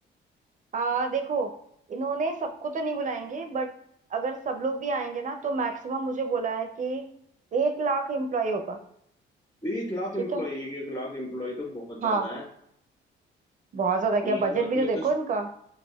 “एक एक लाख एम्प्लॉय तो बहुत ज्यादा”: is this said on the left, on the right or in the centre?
Left